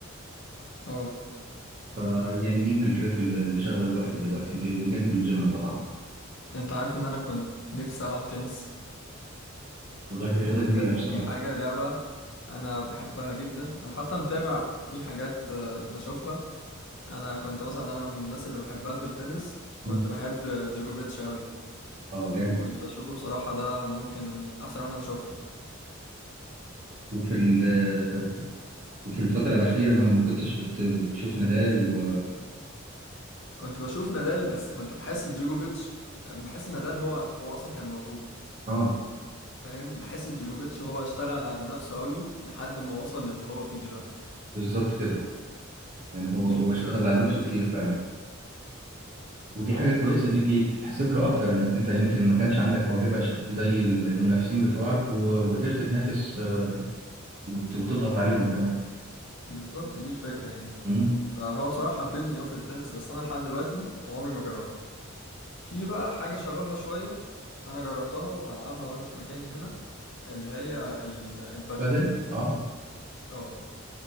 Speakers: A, on the left; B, on the right.
A: أه
B: ف يعني دي من الحاجات اللي اللي شغله الوقت دلوقتي ب- بجانب الجيم
A: أن-
B: طبعا
A: أنت عارف إن أنا كنت نفسي ألعب تنس
B: والله هي رياضة
A: أنا
B: جميلة
A: بجد
B: بصراحة
A: دي حاجة لعبة أنا بحبها جدا أنا حتى متابع في حاجات آه، بشوفها انا كنت مثلا انا من الناس اللي بحبها في التنس كنت
B: مم.
A: بحب جوجوفيتش قوي
B: اه جامد
A: كنت بشوفه بصراحة ده ممكن احسن واحد انا شفته
B: وفي ال- وفي الفترة الأخيرة ما ما كنتش بت بتشوف نادال و
A: كنت بشوف نادال بس كنت بحس جوجوفيتش بحس نادال هو هو اصلا كان موهوب
B: اه
A: فاهم بحس جوجوفيتش هو اشتغل على نفسه قوي لحد ما وصل للي هو فيه دلوقتي
B: بالظبط كده يعني هو
A: دي الفكرة
B: هو اشتغل
A: اللي
B: على
A: خلتني
B: نفسه كتير
A: احبه
B: فعلا
A: يعني
B: ودي
A: اه
B: حاجة
A: بالظبط
B: كويسة دي دي تتحسب له أكتر إنك أنت يمكن ما كانش عندك موهبة ش- زي ال- المنافسين بتوعك و- وقدرت تنافس آه، وت- وتضغط عليهم كمان
A: بالظبط دي الفكرة يعني
B: امم
A: فهو بصراحة حببني قوي في التنس بس انا لحد دلوقتي عمري ما جربت في بقى حاجة شبهها شوية أنا جربتها وبلعبها وأنا في مكاني هنا اللي هي ال- البادل
B: فده اه
A: اه